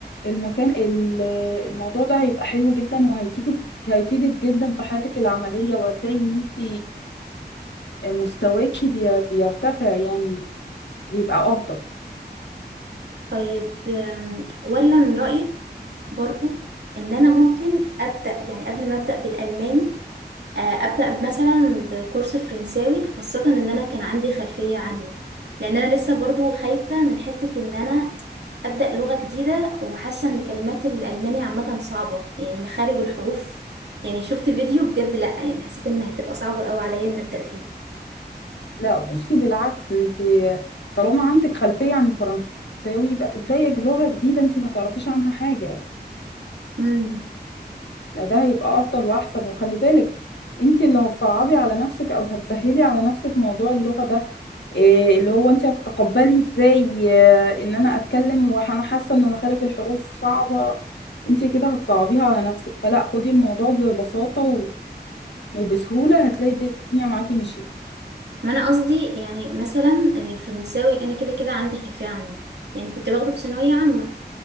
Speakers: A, on the left; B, on the right.
A: المكان ال- آه، الموضوع ده هيبقى حلو جدا وهيفيدك هيفيدك جدا في حياتك العملية وهتلاقي ان انت آه، مستواكي بي- بيرتفع يعني بيبقى افضل
B: طيب أم، ولا من رأيك برضو ان انا ممكن ابدا يعني قبل ما ابدا بالالماني آه، ابدا مثلا بكورس فرنساوي خاصه ان انا كان عندي خلفيه عنه لان انا لسه برضو خايفه من حته ان انا ابدا لغه جديده وحاسه ان كلمات الالماني عامه صعبه يعني مخارج الحروف يعني شفت فيديو بجد لا يعني حسيت انها هتبقى صعبه قوي عليا ان ابدا
A: لا بصي بالعكس انت طالما عندك خلفية عن الفرنساوي يبقى تبدأي لغة جديدة انت ما تعرفيش عنها حاجة يعني.
B: فيه
A: لا ده هيبقى افضل واحسن وخلي بالك انت اللي هتصعبي على نفسك او هتسهلي على نفسك موضوع اللغة ده إيه اللي هو انت هتتقبلي ازاي آه، ان انا اتكلم وانا حاسة ان مخارج الحروف صعبة انت كده هتصعبيها على نفسك فلا خدي الموضوع ببساطة و- وبسهولة هتلاقي الدنيا معاكي مشيت
B: ما انا قصدي يعني مثلا الفرنساوي انا كده كده عندي خلفيه عنه يعني كنت باخده في ثانويه عامه